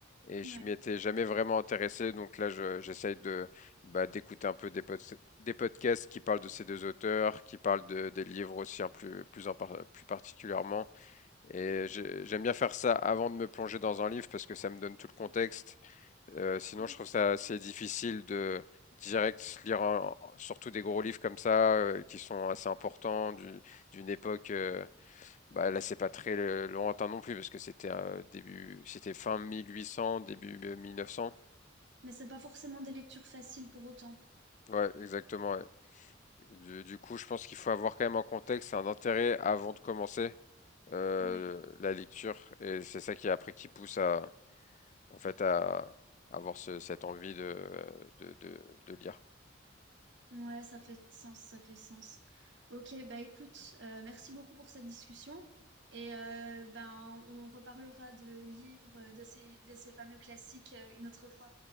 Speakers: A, on the left (about 40°); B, on the right (about 65°).
A: et
B: Ouais.
A: je m'y étais jamais vraiment intéressé donc là je j'essaye de, bah, d'écouter un peu des pods des podcasts qui parlent de ces 2 auteurs, qui parlent de des livres aussi, hein, plus plus en par plus particulièrement et j'ai j'aime bien faire ça avant de me plonger dans un livre parce que ça me donne tout le contexte euh, sinon,
B: Ah.
A: je trouve ça assez difficile de direct se lire un- surtout des gros livres comme ça euh, qui sont assez importants du- d'une époque. euh, bah là, c'est pas très euh, lointain non plus parce que c'était euh, début, c'était fin 1800, début euh, 1900.
B: Mais c'est pas forcément des lectures faciles pour autant.
A: Ouais, exactement. ouais. Du, du coup, je pense qu'il faut avoir quand même un contexte et un intérêt avant de commencer euh,
B: Ouais.
A: la lecture et c'est ça qui après qui pousse à en fait à avoir ce- cette envie de, euh, de de- de lire.
B: Ouais, ça fait sens, ça fait sens. Ok, bah écoute, euh, merci beaucoup pour cette discussion. Et euh, ben, on reparlera de livres, euh, de ces, de ces fameux classiques, euh, une autre fois.